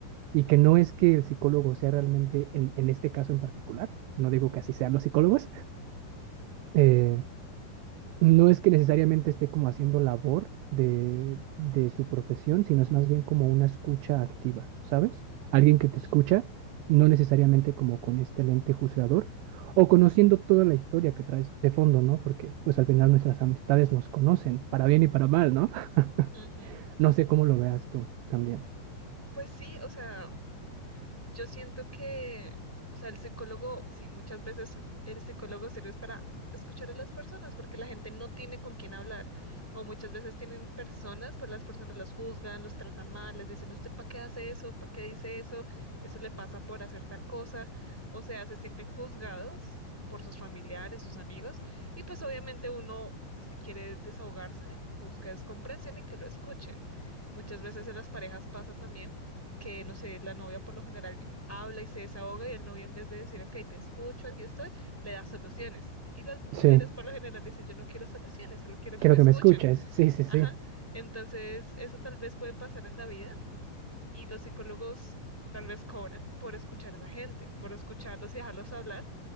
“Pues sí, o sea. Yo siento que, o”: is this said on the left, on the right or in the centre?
Centre